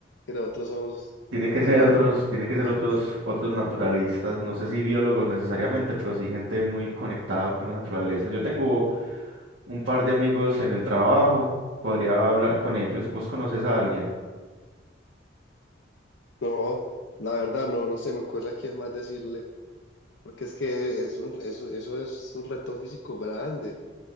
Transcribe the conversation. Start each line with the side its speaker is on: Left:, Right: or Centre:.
Left: Que nosotros somos
Right: Tiene que
Left: también.
Right: ser otros, tiene que ser otros,
Left: eh,
Right: otros naturalistas, no sé si biólogos necesariamente, pero sí gente muy conectada con la naturaleza. Yo tengo un par de amigos en el trabajo, podría hablar con ellos. ¿Vos conoces a alguien?
Left: No, la verdad, no, no se me ocurre a quién más decirle, porque es que es un, eso, eso es un reto físico grande.